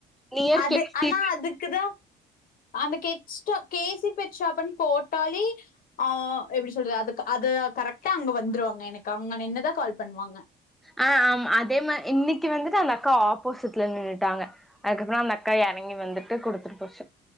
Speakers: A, in the centre; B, on the left (about 55°).
A: நியர்
B: அது
A: கே
B: ஆனா
A: சி
B: அதுக்குதா அந்த கெட் ஸ்டோர் கேசி பெட் ஷாப்ன்னு போட்டாலே அ எப்டி சொல்றது அதுக்கு அது கரெக்டா அங்க வந்துருவாங்க எனக்கு அங்க நின்னுதா கால் பண்ணுவாங்க
A: ஆ ஆ அதே மாரி இன்னைக்கு வந்துட்டு அந்த அக்கா ஆப்போசிட்ல நின்னுட்டாங்க அதுக்கப்றோ அந்த அக்கா எறங்கி வந்துட்டு குடுத்துட்டு போச்சு